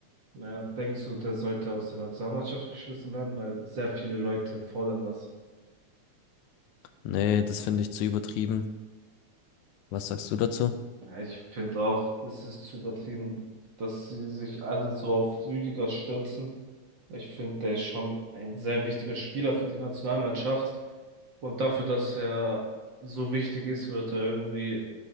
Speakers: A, on the right; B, on the left.
A: Ja, denkst du, der sollte aus der Nationalmannschaft geschmissen werden, weil sehr viele Leute fordern das.
B: Nee, das finde ich zu übertrieben. Was sagst du dazu?
A: Ja, Ich finde auch, es ist zu übertrieben, dass sie sich alle so auf Rüdiger stürzen. Ich finde, der ist schon ein sehr wichtiger Spieler für die Nationalmannschaft. Und dafür, dass er so wichtig ist, wird er irgendwie